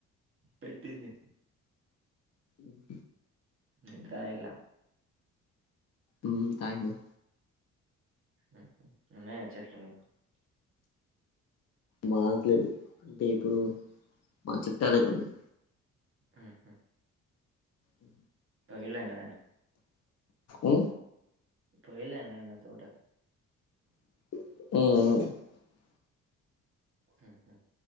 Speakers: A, on the right; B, on the left.
A: పెట్టిందే
B: ఉమ్
A: మీర్ తాగిల్లా
B: ఉమ్ తాగినం
A: ఆహ ఉన్నయా చెట్లు మీకు
B: మాకు లేవ్వు అంటే ఇప్పుడు మా చుట్టాలకున్నయ్
A: ఉమ్ హ్
B: అ
A: తొవ్విళ్ల ఎన్నడన్న
B: ఉ
A: పొయిన్లా అనిల్ అన్నా తోటకి.
B: ఊఊ
A: ఊహు